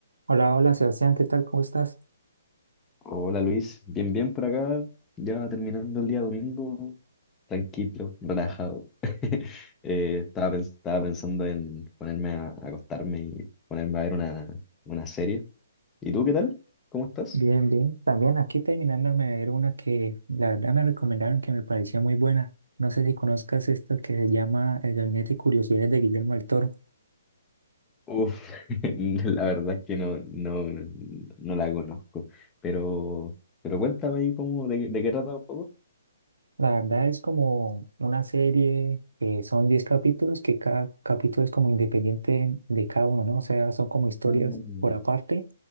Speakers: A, on the right; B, on the left.
A: Hola, hola Sebastián, ¿qué tal? ¿Cómo estás?
B: Hola Luis, bien, bien por acá, ya terminando el día domingo, tranquilo, relajado. <laughs> Eh, estaba, pens- estaba pensando en ponerme a, a acostarme y ponerme a ver una, una serie. ¿Y tú qué tal? ¿Cómo estás?
A: Bien, bien. También aquí terminándome de ver una que la verdad me recomendaron que me pareció muy buena. No sé si conozcas esta que se llama El Gabinete de Curiosidades de Guillermo del Toro.
B: Uf, <laughs> la verdad es que no, no, no la conozco, pero, pero cuéntame ahí cómo, de, qué de qué trata un poco.
A: La verdad es como una serie que son 10 capítulos, que cada capítulo es como independiente de cada uno, ¿no? O sea, son como historias
B: Mm,
A: por aparte